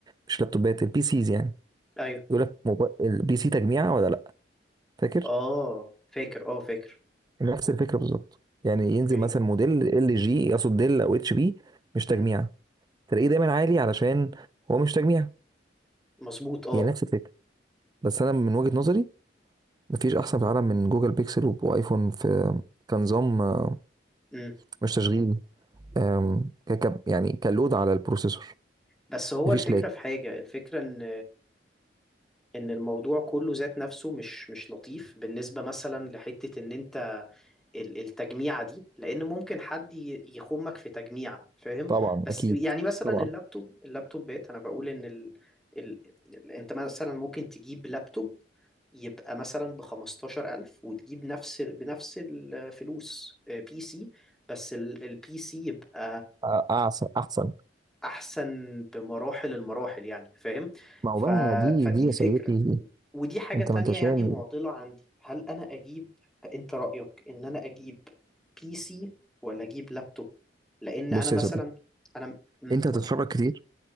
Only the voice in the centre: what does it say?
ايوه
اه فاكر اه فاكر
اوكي
امم
مظبوط اه
امم
بس هو
الفكره
في حاجه الفكره ان ان الموضوع كله ذات نفسه مش مش لطيف بالنسبة مثلا لحتة ان انت ال- التجميعة دي لان ممكن حد ي- يخمك في تجميعة فاهم
بس
يعني مثلا
اللابتوب اللابتوبات انا بقول ان ال... ال... ال- انت مثلا ممكن تجيب لابتوب يبقى مثلا بخمستاشر ألف وتجيب نفس بنفس الفلوس بي سي بس البي سي يبقى
احسن بمراحل المراحل يعني فاهم
ف...
فدي
الفكرة
ودي حاجة
تانية
يعني
معضلة عندي هل انا اجيب انت رأيك ان انا اجيب بي سي ولا اجيب لابتوب لان
انا مثلا
انا امم
قولي